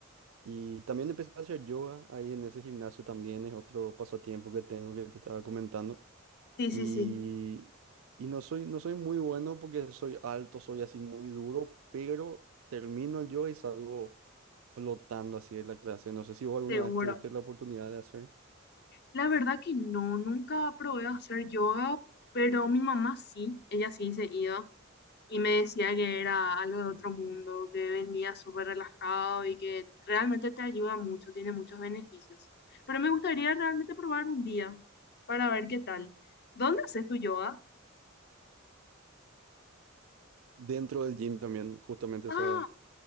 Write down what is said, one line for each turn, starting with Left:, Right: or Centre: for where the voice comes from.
Right: Y también empecé a hacer yoga ahí en ese gimnasio también, es otro pasatiempo que tengo que te estaba comentando.
Left: Sí, sí,
Right: Y,
Left: sí,
Right: y no soy, no soy muy bueno porque soy alto, soy así muy duro, pero termino el yoga y salgo flotando así de la clase. No sé si vos alguna
Left: seguro.
Right: vez tuviste la oportunidad de hacer
Left: La verdad que no, nunca probé a hacer yoga, pero mi mamá sí, ella sí se iba. y me decía que era algo de otro mundo, que venía súper relajado y que realmente te ayuda mucho, tiene muchos beneficios. Pero me gustaría realmente probar un día para ver qué tal. ¿Dónde haces tu yoga?
Right: dentro del gym también, justamente,
Left: Ah,
Right: o sea